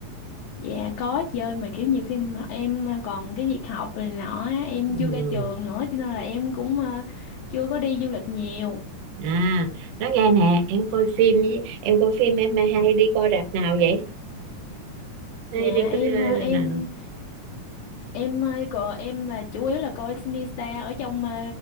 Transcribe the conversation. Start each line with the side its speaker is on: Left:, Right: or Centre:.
Left: dạ có chơi mà kiểu nhiều khi mà em à, còn cái việc học này nọ á, em
Right: ừ.
Left: chưa ra trường nữa cho nên là em cũng ờ, chưa có đi du lịch nhiều
Right: à nói nghe nè em coi phim với em coi phim em hay đi coi rạp nào vậy hay
Left: dạ
Right: đi
Left: em
Right: coi ờ,
Left: ờ, em
Right: rạp nào
Left: em ờ, còn em là chủ yếu là coi Sinistar ở trong ờ,